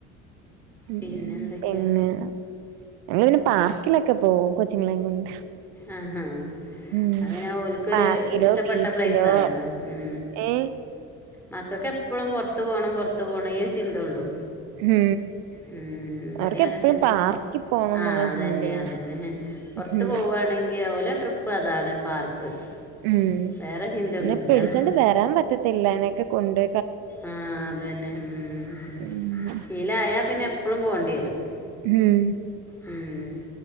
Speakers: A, on the right; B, in the centre.
A: ഉം
B: പിന്നെ എന്തൊക്കെയാ
A: പിന്നെ ഞങ്ങ പിന്നെ പാർക്കിലൊക്കെ പോവും കൊച്ചിങ്ങളേം കൊണ്ട്
B: ആഹ്
A: ഉം
B: അത് പിന്നെ ഓൽക്കൊരു
A: പാർക്കിലോ
B: ഇഷ്ടപ്പെട്ട
A: ബീച്ചിലോ
B: പ്ലേസാണല്ലോ ഉം
A: ഏ
B: മക്കക്കെപ്പളും പൊർത്ത് പോണം പൊർത്ത് പോണം ഈ ഒര് ചിന്തോള്ളൂ
A: ഉം
B: മ്മ് ഇവെടിം
A: അവർക്ക്
B: അങ്ങനെതന്നെ
A: എപ്പഴും പാർക്കിൽ
B: പക്ഷേ
A: പോണം എന്നുള്ള
B: ആഹ് അതന്നെ
A: ചിന്തയാ
B: അതന്നെ പൊർത്ത്
A: ഉം
B: പോവാ നെങ്കിയോ ഓല ട്രിപ്പതാണ് പാർക്ക്
A: ഉം
B: വേറെ ചിന്തയൊന്നുമില്ല
A: പിന്നെ പിടിച്ചോണ്ട് വരാൻ പറ്റത്തില്ല <unintelligible> കൊണ്ട്
B: ആഹ് അതന്നെ ഉം
A: ഉം
B: ശീലായാ പിന്നെ എപ്പ്ളും പോണ്ടിയെരും
A: ഉം
B: ഉം